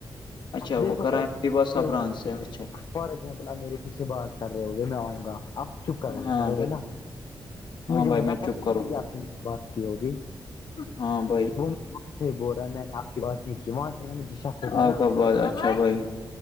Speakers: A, on the left (about 70°); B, on the left (about 55°).
A: اچھا
B: دیکھو
A: وہ کرا
B: بھائی
A: ہے بس سبران سے اچھا
B: فار ایگزامپل آپ میرے پیچھے بد کر رہے ہو گے میں آؤں گا آپ چپ کرو
A: ہاں
B: گے کرو
A: بھائی
B: گے نا مجھے
A: ہاں بھائی
B: مزہ
A: میں
B: پتہ
A: چپ کروں
B: چلے گی
A: گا
B: آپ نے میری بات کی ہوگی
A: ہاں بھائی
B: وہ وہاں سے ہی بول رہا ہ میں نے آپ کی بات نہیں کی وہاں سے نا مجھے شک ہو گیا
A: آپ
B: نا
A: کا بات اچھا بھائی